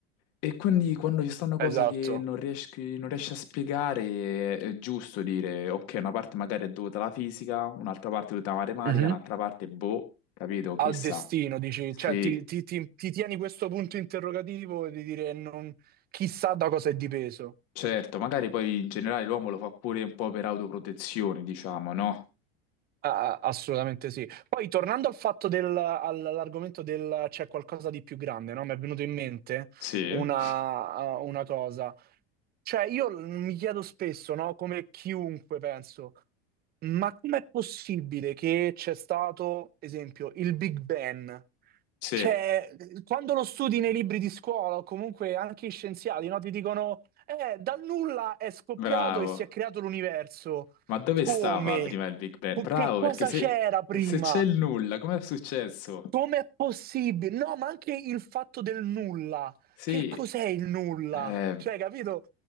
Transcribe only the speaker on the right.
esatto.
Mhm.
al
destino, dici,
cioè ti, ti- ti- ti tieni questo punto interrogativo e di dire non, chissà da cosa è dipeso.
Ah, ah, assolutamente sì. Poi tornando al fatto del, all'argomento del c'è qualcosa di più grande, no? Mi è venuto in mente
una, ah, una cosa. Cioè, io l- mi chiedo spesso, no? Come chiunque penso, ma com'è possibile che c'è stato, esempio, il Big Bang?
Cioè, quando lo studi nei libri di scuola o comunque anche i scienziati, no, ti dicono, eh, dal nulla è scoppiato
e si è creato l'universo.
Come?
Co-
Che cosa
c'era prima?
Com'è possibile? No, ma anche il fatto del nulla.
Che cos'è il nulla?
Cioè, capito?